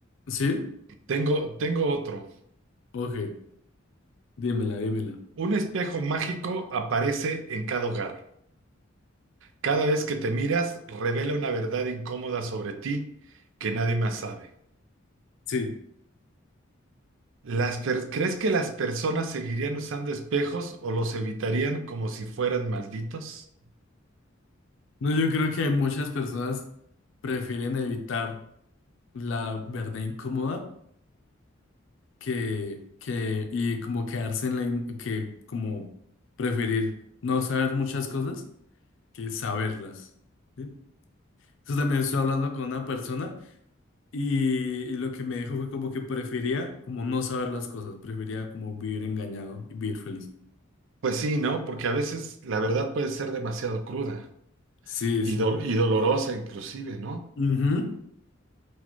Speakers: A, on the left; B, on the right.
A: sí,
B: tengo, tengo otro.
A: ok, dímela, dímela.
B: Un espejo mágico aparece en cada hogar. Cada vez que te miras, revela una verdad incómoda sobre ti que nadie más sabe.
A: Sí.
B: Las per- ¿Crees que las personas seguirían usando espejos o los evitarían como si fueran malditos?
A: No, yo creo que hay muchas personas prefieren evitar la verdad incómoda que, que, y como quedarse en la, in- que como preferir no saber muchas cosas que saberlas. ¿sí? Entonces también estoy hablando con una persona Y, y lo que me dijo fue como que prefería como no saber las cosas, prefería como vivir engañado y vivir feliz.
B: Pues sí, ¿no? Porque a veces la verdad puede ser demasiado cruda
A: Sí,
B: y,
A: sí.
B: dol- y dolorosa inclusive, ¿no?
A: Ujú.